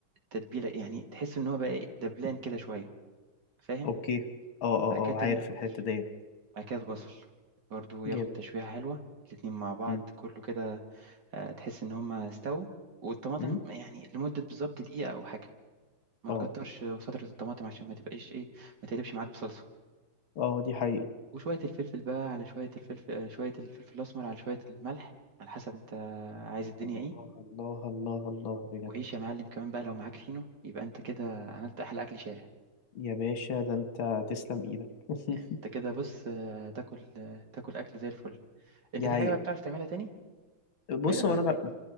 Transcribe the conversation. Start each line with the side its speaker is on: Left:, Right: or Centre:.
Right: تتبيله يعني تحس ان هو بقى إيه دبلان كده شويه فاهم
Left: أوكي اه اه
Right: بعد
Left: اه
Right: كده ترمي
Left: عارف
Right: البصل
Left: الحتة ديت
Right: بعد كده البصل برضو
Left: جامد
Right: ياخد تشويحه حلوه الاتنين مع بعض
Left: امم
Right: كله كده آه، تحس ان هما استووا والطماطم
Left: امم
Right: يعني لمده بالظبط دقيقه او حاجه ما
Left: اه
Right: تكترش فتره الطماطم عشان ما تبقاش ايه ما تقلبش معاك بصلصه
Left: اه دي حقيقة
Right: وشوية الفلفل بقى على شوية الفلفل آه، شوية الفلفل الأسمر على شوية الملح على حسب أنت عايز الدنيا
Left: الله
Right: إيه
Left: الله الله الله بجد
Right: وعيش يا معلم كمان بقى لو معاك فينو يبقى أنت كده عملت أحلى أكل شارع
Left: يا باشا ده أنت تسلم إيدك <laughs>
Right: يعني أنت كده بص آه، تاكل آه، تاكل أكل زي الفل أنت
Left: دي
Right: في
Left: حقيقة
Right: حاجة بقى بتعرف تعملها تاني
Left: بص
Right: بعيدا
Left: هو
Right: عن
Left: انا
Right: البيت
Left: ب...